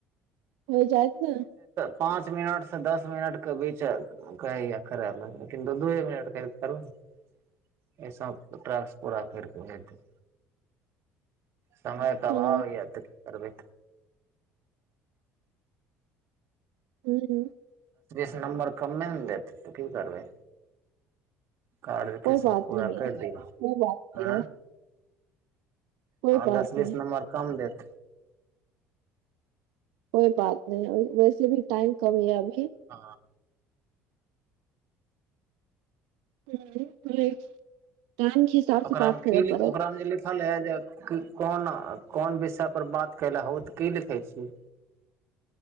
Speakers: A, on the right; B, on the right.
A: हो जात ने
B: पांच मिनट से दस मिनट के बीच कहै करै ल लेकिन दू दूए मिनट कर करू एहिस ट्र्स पूरा करिकऽ भेज देब समय कबबै
A: हँ
B: याती करब
A: ह
B: स नम्बर कमे ने देतै तऽ की करबै कार्ड केस
A: कोइ बात
B: पूरा
A: नहि
B: करि
A: य
B: दिौ
A: कोइ बात नहि
B: आँ
A: य कोइ बात
B: दस बीस
A: नहि
B: नम्बर कम देत
A: कोइ बात नहि वैसे भी टाइम कमि जाब
B: ह
A: हम्म टाइम के हिसाब
B: ओकरामे
A: से बात करे
B: की
A: पड़त
B: ओकरा मे जे लिखल है जे कोन कोन विषय पर बात केल हो तऽ की लिखै छी